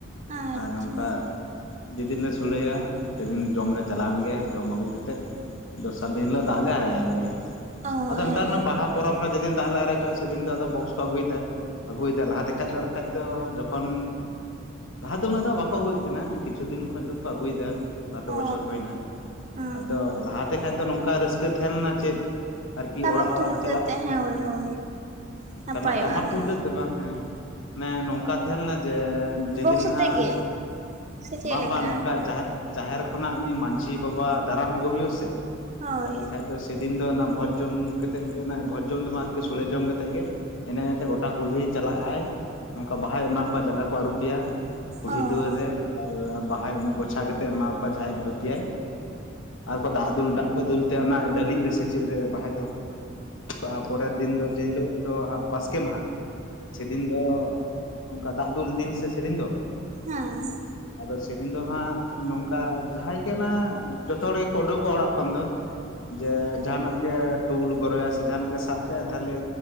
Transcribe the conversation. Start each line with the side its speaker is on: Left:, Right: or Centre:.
Right: ᱟᱪᱪᱷᱟ
Left: ᱟᱨ ᱱᱚᱝᱠᱟ ᱡᱮᱫᱤᱱ ᱞᱮ ᱥᱚᱲᱮᱭᱟ ᱥᱮᱫᱤᱱ ᱡᱚᱢ ᱞᱮ ᱪᱟᱞᱟᱣᱮᱱ ᱜᱮ ᱡᱚᱢ ᱟᱹᱜᱩ ᱠᱟᱛᱮᱫ ᱫᱚᱥᱟᱨ ᱫᱤᱱ ᱦᱤᱞᱳᱜ ᱫᱟᱜ ᱞᱮ ᱟᱨᱮᱜ ᱮᱱᱜᱮ ᱾
Right: ᱚ
Left: ᱟᱫᱚ
Right: ᱦᱮᱸ
Left: ᱱᱮᱛᱟᱨ ᱚᱱᱟ ᱵᱟᱦᱟ ᱯᱚᱨᱚᱵᱽ ᱨᱮ ᱡᱮᱫᱤᱱ ᱫᱟᱜ ᱞᱮ ᱟᱨᱮᱪᱚᱜᱼᱟ ᱥᱮᱫᱤᱱ ᱫᱚ ᱟᱫᱚ ᱵᱚᱥᱠ ᱠᱚ ᱟᱹᱜᱩᱭᱮᱫᱟ ᱾ ᱟᱹᱜᱩᱭᱮᱫᱟ ᱞᱟᱦᱟᱛᱮ ᱠᱷᱟᱡ ᱫᱚ, ᱟᱨ ᱠᱟᱡ ᱫᱚ ᱡᱚᱠᱷᱚᱱ ᱞᱟᱦᱟ ᱫᱚ ᱩᱱᱟᱹᱜ ᱫᱚ ᱵᱟᱠᱚ ᱟᱹᱜᱩᱭᱮᱫ ᱛᱟᱸᱦᱮᱱᱟ, ᱠᱤᱪᱷᱩ ᱫᱤᱱ ᱠᱷᱚᱱᱚᱡ ᱫᱚᱠᱚ ᱟᱹᱜᱩᱭᱮᱫᱟ᱾ ᱵᱟᱨ ᱯᱮ
Right: ᱚ
Left: ᱵᱚᱪᱷᱚᱨ ᱦᱩᱭ ᱮᱱᱟ᱾
Right: ᱚ
Left: ᱟᱫᱚ ᱞᱟᱦᱟᱛᱮ ᱠᱷᱟᱱ ᱫᱚ ᱱᱚᱝᱠᱟ ᱨᱟᱹᱥᱠᱟᱹ ᱛᱟᱦᱮᱸ ᱞᱮᱱᱟ ᱪᱮᱫ ᱟᱨᱠᱤ
Right: ᱴᱟᱢᱟᱠ
Left: ᱚᱲᱟᱜ
Right: ᱛᱩᱢᱫᱟᱜ
Left: ᱚᱲᱟᱜ ᱪᱟᱞᱟᱜ᱾
Right: ᱟᱛᱮ ᱦᱮᱸ ᱦᱳᱭ ᱦᱳᱭ ᱱᱟᱯᱟᱭᱚᱜᱼᱟ
Left: ᱴᱟᱢᱟ, ᱴᱟᱢᱟᱠ
Right: ᱟᱨᱠᱤ
Left: ᱛᱩᱢᱫᱟᱹᱜ ᱫᱚ ᱵᱟᱝ ᱦᱮᱸ᱾ ᱢᱟᱱᱮ ᱱᱚᱝᱠᱟ ᱛᱟᱦᱮᱸ ᱞᱮᱱᱟ ᱡᱮ, ᱡᱮᱫᱤᱱ
Right: ᱵᱚᱠᱥ ᱟᱛᱮᱜ
Left: ᱱᱟᱜ
Right: ᱜᱮ ᱥᱮ ᱪᱮᱫ
Left: ᱵᱟᱝ
Right: ᱞᱮᱠᱟ
Left: ᱵᱟᱝ ᱱᱚᱝᱠᱟ ᱡᱟᱦᱟᱸ ᱡᱟᱦᱮᱨ ᱠᱷᱚᱱᱟᱜ ᱩᱱᱤ ᱢᱟᱡᱷᱤ ᱵᱟᱵᱟ ᱫᱟᱨᱟᱢ ᱟᱹᱜᱩ ᱦᱩᱭᱩᱜ-ᱟ ᱥᱮ᱾
Right: ᱦᱳᱭ᱾
Left: ᱟᱫᱚ ᱥᱮᱫᱤᱱ ᱫᱚ ᱚᱱᱟ ᱵᱷᱳᱡᱽ ᱡᱚᱢ ᱠᱟᱛᱮᱫ ᱜᱮ, ᱵᱷᱚᱡᱽ ᱡᱚᱢ ᱫᱚᱢ ᱵᱟᱝ ᱟᱨᱠᱤ ᱥᱳᱲᱮ ᱡᱚᱢ ᱠᱟᱛᱮᱫᱜ ᱜᱮ ᱮᱱᱮᱡ ᱮᱱᱮᱡ ᱛᱮ ᱜᱚᱴᱟ ᱠᱩᱞᱦᱤ ᱪᱟᱞᱟᱜ-ᱟᱭ, ᱱᱚᱝᱠᱟ ᱵᱟᱦᱟᱭ ᱮᱢᱟ ᱠᱚᱣᱟ ᱡᱟᱸᱜᱟ ᱠᱚ ᱟᱹᱨᱩᱯ ᱮᱭᱟ᱾ ᱠᱩᱞᱦᱤ
Right: ᱚ
Left: ᱫᱩᱣᱟᱹᱨ ᱨᱮ, ᱟᱨ ᱵᱟᱦᱟᱭ ᱜᱳᱪᱷᱟ ᱠᱟᱛᱮᱫ ᱮᱢᱟ ᱠᱚᱣᱟ ᱡᱟᱦᱟᱸᱭ ᱟᱹᱨᱩᱯ‌ ᱮᱭᱟᱭ᱾ ᱟᱨ ᱠᱚ ᱫᱟᱜ ᱫᱩᱞ ᱫᱟᱜ ᱠᱚ ᱫᱩᱞᱛᱮ ᱚᱱᱟ ᱰᱟᱹᱞᱤᱡ ᱨᱮ ᱥᱮ ᱪᱮᱫ ᱨᱮ ᱵᱟᱦᱟᱭ ᱫᱚᱦᱚ ᱠᱟᱜ-ᱟ᱾ ᱛᱟᱯᱚᱨᱮᱨ ᱫᱤᱱ ᱫᱚ ᱡᱮᱦᱤᱞᱳᱜ ᱫᱚ ᱦᱟᱸᱜ ᱵᱟᱥᱠᱮ ᱢᱟᱦᱟ, ᱥᱮᱫᱤᱱ ᱟᱫᱚᱻ ᱚᱱᱠᱟ ᱫᱟᱜ ᱫᱩᱞ ᱫᱤᱱ ᱥᱮ ᱥᱮ ᱫᱤᱱ ᱫᱚ
Right: ᱦᱮᱸ,
Left: ᱟᱫᱚ ᱥᱮᱫᱤᱱ ᱫᱚ ᱦᱟᱸᱜ ᱱᱚᱝᱠᱟ ᱡᱟᱦᱟᱸᱭ ᱜᱮ ᱚᱱᱟ ᱡᱚᱛᱚ ᱦᱚᱲ ᱜᱮᱠᱚ ᱩᱰᱩᱠᱚᱣᱟᱜ ᱚᱲᱟᱜ ᱠᱷᱚᱱ ᱫᱚ᱾ ᱡᱮ ᱡᱟᱸᱦᱟᱱᱟᱜ ᱜᱮ ᱴᱩᱞ ᱜᱚᱨᱚᱭᱟ, ᱥᱮ ᱡᱟᱸᱦᱟᱱᱟᱜ ᱜᱮ ᱥᱟᱵ ᱠᱮᱜ-ᱟᱭ ᱛᱟᱦᱞᱮ